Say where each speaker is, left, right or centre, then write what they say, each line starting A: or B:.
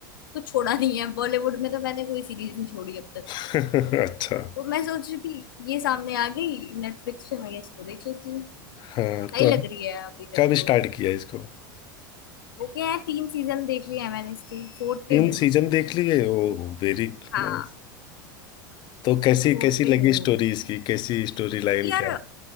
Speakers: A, on the left; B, on the left.
A: कुछ छोड़ा नहीं है बॉलीवुड में तो मैंने कोई सीरीज नहीं छोड़ी अब तक
B: <laughs> अच्छा
A: तो मैं सोच रही थी ये सामने आ गई नेटफ्लिक्स पे मैं इसको देख लेती हूँ
B: हाँ
A: सही
B: तो
A: लग
B: अभी
A: रही है अभी तक
B: कब
A: तो
B: स्टार्ट किया इसको
A: हो गया है तीन सीजन देख लिए हैं मैंने इसके फोर्थ
B: तीन
A: पे हूँ
B: सीजन
A: मैं
B: देख लिए ओ वेरी
A: हाँ
B: नाइस तो कैसी
A: फोर्थ
B: कैसी
A: पे
B: लगी
A: हूँ
B: स्टोरी
A: अभी।
B: इसकी कैसी स्टोरी लाइन
A: यार
B: क्या